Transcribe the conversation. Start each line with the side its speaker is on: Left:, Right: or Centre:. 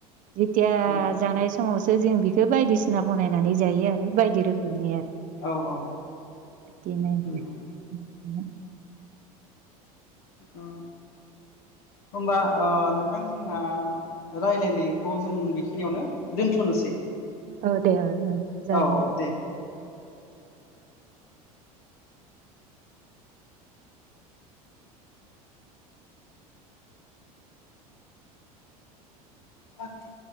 Right: जेथिया
Left: नंगौ
Right: जानाय समावसो जों बेखौ बायदिसिना बनायनानै जायो आरो बायदि रोखोम
Left: औ औ
Right: <unintelligible>
Left: नंगौ
Right: आरो <unintelligible>
Left: अ होमबा अ नोंथां जोंना रायलायनायखौ जों बेखिनियावनो दोन्थ'नोसै।
Right: ओ दे ओ ओ। जागोन
Left: औ
Right: ओ
Left: दे अके